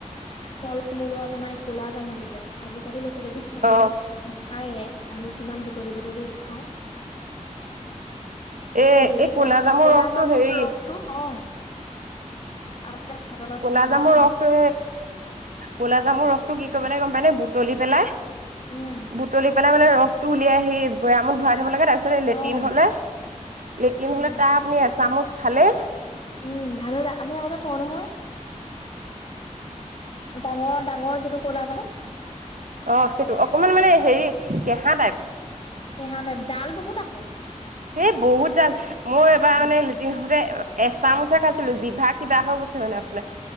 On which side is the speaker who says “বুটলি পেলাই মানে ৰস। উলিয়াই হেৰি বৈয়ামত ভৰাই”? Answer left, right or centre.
Right